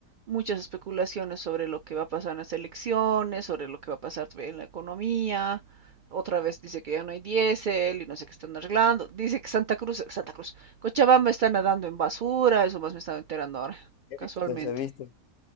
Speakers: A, on the right; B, on the left.
A: muchas especulaciones sobre lo que va a pasar en las elecciones, sobre lo que va a pasar en la economía. Otra vez dice que ya no hay diésel y no sé qué están arreglando. Dice que Santa Cruz, Santa Cruz, Cochabamba está nadando en basura, eso más me estaba enterando ahora,
B: He
A: casualmente.
B: visto eso, he visto.